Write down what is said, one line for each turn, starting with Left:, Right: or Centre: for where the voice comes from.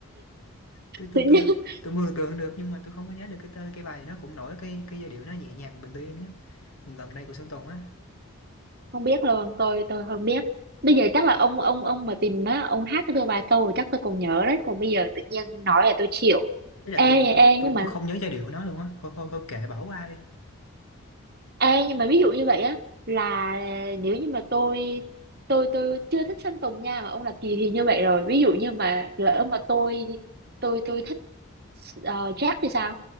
Left: tôi tôi
Right: <laughs>
Left: tôi tôi mường tượng được nhưng mà tôi không có nhớ được cái tên cái bài nó cũng nổi cái cái giai điệu nó nhẹ nhàng bình yên á gần đây của Sơn Tùng á
Right: không biết luôn tôi tôi không biết bây giờ chắc là ông ông ông mà tìm á ông hát cho tôi vài câu rồi chắc tôi còn nhớ đấy còn bây giờ tự nhiên nói là tôi chịu
Left: ý là
Right: ê
Left: tôi kho-
Right: ê
Left: tôi
Right: nhưng mà
Left: tôi không nhớ giai điệu của nó luôn á thôi thôi thôi kệ bỏ qua đi
Right: ê nhưng mà ví dụ như vậy á là nếu như mà tôi tôi tôi chưa thích Sơn Tùng nha mà ông là kỳ thì như vậy rồi ví dụ như mà lỡ mà tôi tôi tôi thích uh, Jack thì sao